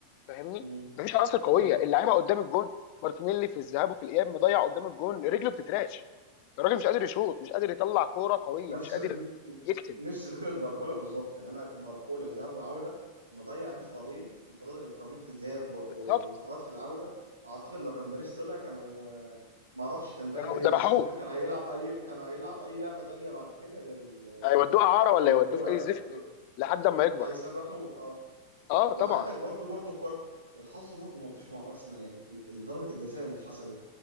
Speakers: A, on the left; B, on the right.
A: فاهمني
B: مم.
A: مفيش عناصر قويه
B: ايوه
A: اللعيبه قدام الجون مارتينيلي في الذهاب وفي الاياب مضيع قدام الجون رجله بتتراش الراجل مش قادر يشوط مش قادر يطلع كوره قويه
B: نفس
A: مش قادر
B: ن-
A: يكتم
B: نفس فكره باركولا بالظبط يعني انا باركولا ذهاب وعوده مضيع انفرادين انفراد انفرادين في الذهاب و- و-
A: بالظبط
B: وانفراد في العوده اعتقد لو كان باريس طلع كانوا آه، ما اعرفش كان ده
A: كانوا
B: يعمل ايه
A: ذبحوه
B: بس ممكن كان هيلعب اي كان هيلعب اي لعبه تانية بعد كده غير ال...
A: هيودوه اعاره ولا
B: غير
A: يودوه
B: الكوره
A: في اي
B: يعني.
A: زفت
B: ب...
A: لحد اما يكبر
B: هيسرحوا اه
A: اه
B: وعندك
A: طبعا
B: برضو برضو الكوره الحظ برضو ما وقفش مع ارسنال يعني ال- ال- ضربه الجزاء اللي اتحسبت